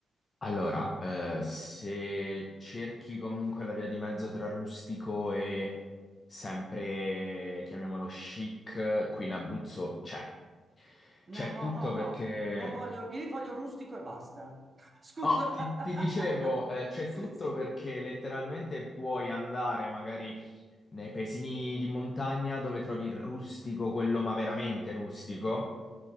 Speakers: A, on the left (about 30°); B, on the right (about 25°).
A: Allora, eh, se cerchi comunque la via di mezzo tra rustico e sempre, chiamiamolo chic, qui in Abruzzo c'è. C'è
B: No, no,
A: tutto
B: no,
A: perché...
B: no, non voglio, io li voglio rustico e basta. <laughs> Scusa.
A: Oh, ti, ti dicevo,
B: <laughs>
A: eh, c'è
B: Sì,
A: tutto
B: sì.
A: perché letteralmente puoi andare magari Nei paesini di montagna dove trovi il rustico, quello ma veramente rustico,